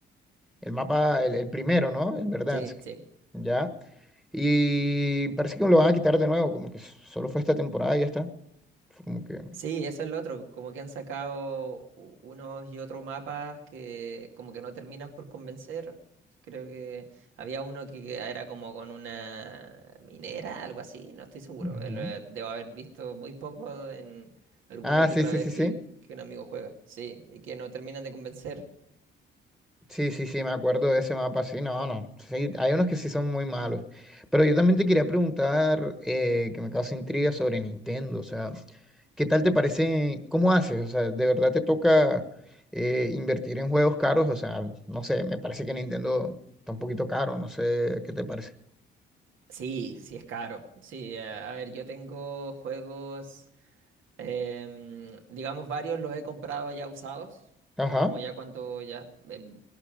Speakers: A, in the centre; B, on the right (about 85°).
A: El mapa, el, el primero, ¿no? El Verdansk.
B: sí, sí.
A: Ya. Y parece que lo van a quitar de nuevo, como que solo fue esta temporada y ya está. Fue como que.
B: Sí, eso es lo otro, como que han sacado u- unos y otros mapas que como que no terminan por convencer. Creo que había uno que que era como con una minera, algo así, no estoy seguro.
A: ujú.
B: eh, lo he- Debo haber visto muy poco en alguna
A: Ah,
B: que
A: sí,
B: otra
A: sí,
B: vez
A: sí,
B: que,
A: sí.
B: que un amigo juega. Sí, y que no terminan de convencer.
A: Sí, sí, sí, me acuerdo de ese mapa, sí, no, no. Sí, hay unos que sí son muy malos. Pero yo también te quería preguntar, eh, que me causa intriga sobre Nintendo, o sea, ¿qué tal te parece? ¿Cómo haces? O sea, ¿de verdad te toca eh, invertir en juegos caros? O sea, no sé, me parece que Nintendo está un poquito caro, no sé qué te parece.
B: Sí, sí es caro. Sí, eh, a ver, yo tengo juegos Em, digamos, varios los he comprado ya usados,
A: Ajá,
B: como ya cuando ya em,